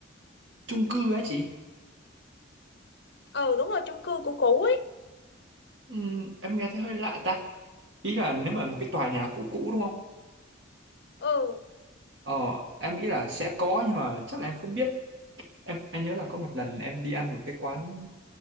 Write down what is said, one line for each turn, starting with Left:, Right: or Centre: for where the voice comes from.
Right: Chung cư ấy chị.
Left: Ừ đúng rồi chung cư cũ cũ ấy.
Right: Ừm, em nghe thấy hơi lạ ta. Ý là nếu mà một cái tòa nhà cũ cũ đúng không?
Left: Ừ,
Right: Ờ, em nghĩ là sẽ có nhưng mà chắc là em không biết. Em em nhớ là có một lần em đi ăn một cái quán